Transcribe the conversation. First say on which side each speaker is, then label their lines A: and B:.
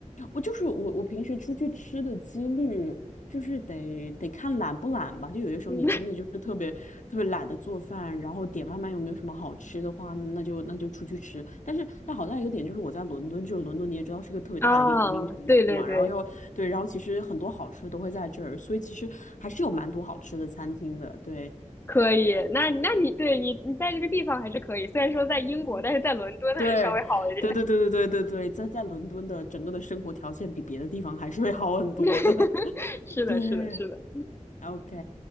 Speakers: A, on the left; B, on the left.
A: 我就是我，我平时出去吃的几率就是得得看懒不懒吧。就有些时候你真的就是特别特别懒得做饭，
B: 嗯，
A: 然后点外卖又没有什么好吃的话，那那就那就出去吃。但是但好在一个点就是我在伦敦，就是伦敦你也知道是个特别大的一个移民城市嘛，
B: 啊，对对对，
A: 然后又对，然后其实很多好吃的都会在这儿，所以其实还是有蛮多好吃的餐厅的。对
B: 可以。那那你对你你在这个地方还是可以，虽然说在英国，
A: 嗯对对对对对对对对，
B: 但是在伦敦还是稍微好一点。
A: 在在伦敦的整个的生活条件比别的地方还是会好很多的。
B: <laughs>
A: <laughs>
B: 是的，
A: 对。
B: 是的，是的，
A: OK，